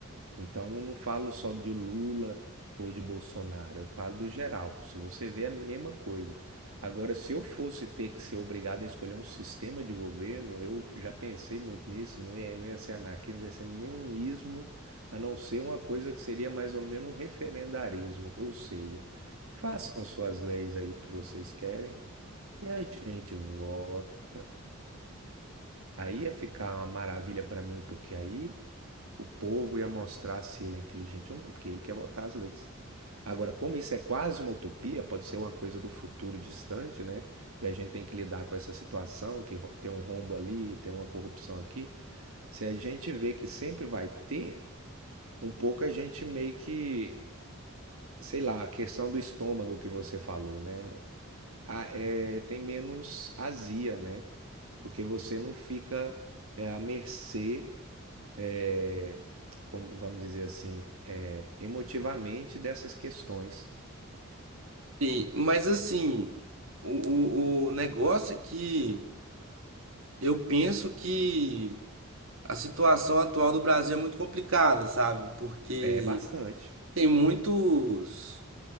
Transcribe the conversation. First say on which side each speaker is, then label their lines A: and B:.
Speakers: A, on the right; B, on the right.
A: então, eu não falo só de Lula ou de Bolsonaro, eu falo do geral. Se você vê, é a mesma coisa. Agora, se eu fosse ter que ser obrigado a escolher um sistema de governo, eu já pensei muito nisso, não ia, não ia ser anarquismo, não ia ser nenhum ismo, a não ser uma coisa que seria mais ou menos um referendarismo. Ou seja, façam suas leis aí que vocês querem e a gente vota. Aí ia ficar uma maravilha para mim, porque aí o povo ia mostrar se ele é inteligente ou não, porque ele quer botar as leis. Agora, como isso é quase uma utopia, pode ser uma coisa do futuro distante, né? E a gente tem que lidar com essa situação, que tem um rombo ali, tem uma corrupção aqui. Se a gente vê que sempre vai ter, um pouco a gente meio que, sei lá, a questão do estômago que você falou, né? Ah, é, tem menos azia, né? Porque você não fica é, à mercê é, como vamos dizer assim, é, emotivamente dessas questões.
B: E- mas assim, o, o, o negócio é que eu penso que a situação atual do Brasil é muito complicada, sabe? Porque
A: É bastante.
B: tem muitos